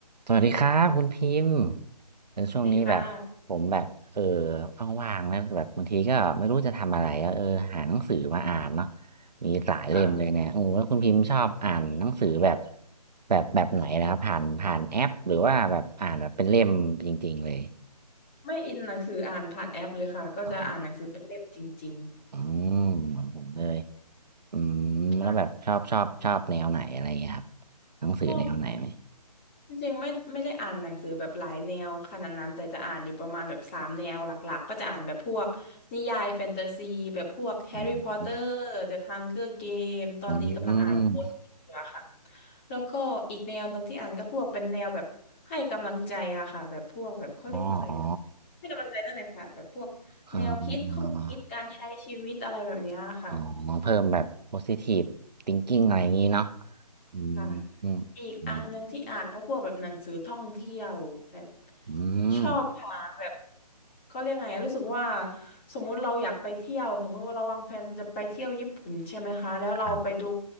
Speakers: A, on the right; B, on the left.
A: สวัสดีครับคุณพิมพ์เออช่วงนี้แบบผมแบบเออ
B: ดีค่ะ
A: ว่างๆนะแบบบางทีก็ไม่รู้จะทำอะไรอะเออหาหนังสือมาอ่านเนาะมีหลายเล่มเลยเนี่ยโอ้แล้วคุณพิมพ์ชอบอ่านหนังสือแบบ
B: ค่ะ
A: แบบแบบไหนนะครับผ่านผ่านแอปหรือว่าแบบอ่านแบบเป็นเล่มจริงๆเลย
B: ไม่อินหนังสืออ่านผ่านแอปเลยค่ะ ก็จะอ่านหนังสือเป็นเล่มจริง
A: อ๋ออืมเหมือนผมเลยอืมแล้วแบบชอบชอบชอบแนวไหนอะไรเงี้ยครับ
B: ๆค่ะ
A: หนังสือแนวไหนไหม
B: ชอบ จริงๆไม่ไม่ได้อ่านหนังสือแบบหลายแนวขนาดนั้นแต่จะอ่านอยู่ประมาณแบบสามแนวหลักๆก็จะอ่านแบบพวกนิยายแฟนตาซีแบบพวกแฮร์รี่พอตเตอร์เดอะฮังเกอร์เกมตอนนี้กำลังอ่านโค้ดอยู่อะค่ะ
A: อืมอืม
B: แล้วก็อีกแนวหนึ่งที่อ่านก็พวกเป็นแนวแบบให้กำลังใจอะค่ะแบบพวกแบบเขาเรียกว่าอะไรอะ
A: อ๋ออ๋อ
B: ให้กำลังใจนั่นแหละค่ะแบบพวกแนวคิดข้อคิดการใช้ชีวิตอะไรแบบเนี้ยค่ะ
A: อ่าอ่า อ๋อเพิ่มแบบ positive thinking อะไรอย่างนี้เนาะอืมอืมอืม
B: ค่ะอีกอันหนึ่งที่อ่านก็พวกแบบหนังสือท่องเที่ยวแบบ
A: อื
B: ชอบหาแบบ
A: ม
B: เขาเรียกไงอะรู้สึกว่าสมมุติเราอยากไปเที่ยวสมมุติว่าเราวางแผนจะไปเที่ยวญี่ปุ่นใช่ไหมคะแล้วเราไปดู
A: ครับ